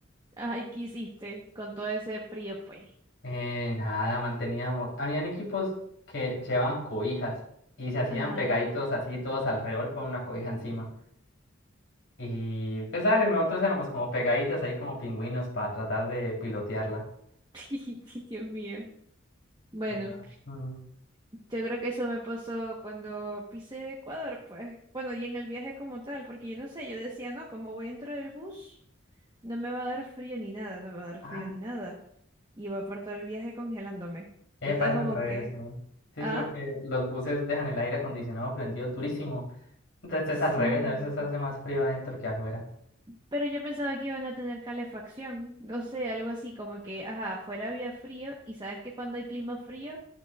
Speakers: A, on the right (about 20°); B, on the left (about 70°).
A: Ay, ¿qué hiciste con todo ese frío, pues?
B: Eh, nada, manteníamos. Habían equipos que llevaban cobijas y se hacían
A: Ajá.
B: pegaditos así, todos alrededor con una cobija encima. Y pues, dale, nosotros éramos como pegaditos ahí, como pingüinos, para tratar de pilotearla.
A: <laughs> Dios mío. Bueno.
B: Pero, mm,
A: Yo creo que eso me pasó cuando pisé Ecuador, pues, bueno, y en el viaje como tal, porque yo no sé, yo decía, no, como voy dentro del bus, no me va a dar frío ni nada, no me va a dar frío
B: ah,
A: ni nada. Iba por todo el viaje congelándome.
B: eh,
A: Yo estaba
B: pasa
A: como
B: al revés,
A: que,
B: sí. Sí,
A: ah,
B: es porque los buses dejan el aire acondicionado prendido durísimo. Entonces es
A: sí.
B: al revés, a veces hace más frío adentro que afuera.
A: Pero yo pensaba que iban a tener calefacción, no sé, algo así, como que, ajá, afuera había frío y sabes que cuando hay clima frío,